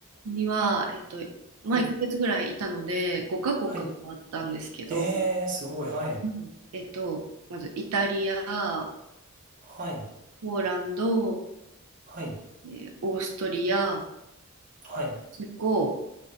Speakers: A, on the right; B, on the right.
A: には、えっと、
B: はい、
A: まあ1ヶ月ぐらいいたので、5カ国もあったんですけど、
B: はい。えーすごい、はい。
A: うんえっと、まずイタリア、
B: はい、
A: ポーランド、
B: はい、
A: えーオーストリア、
B: はい、
A: チェコ、